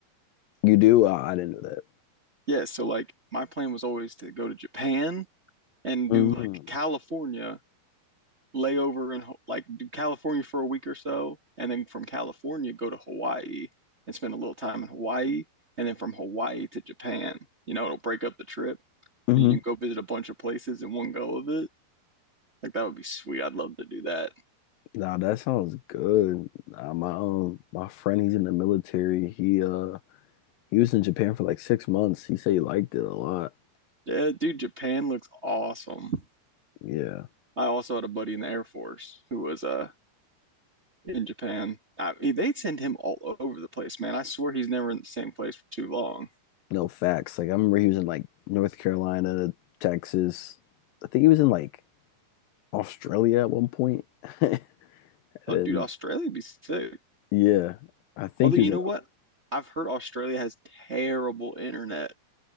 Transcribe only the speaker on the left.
You do? Uh, I didn't know that.
Mm-hmm.
Mm-hmm.
Nah, that sounds good. Nah, my um my friend, he's in the military. He uh he was in Japan for like six months. He said he liked it a lot.
Yeah.
No facts. Like I remember he was in like North Carolina, Texas. I think he was in like Australia at one point. <laughs> And
then
yeah, I think
he
was in.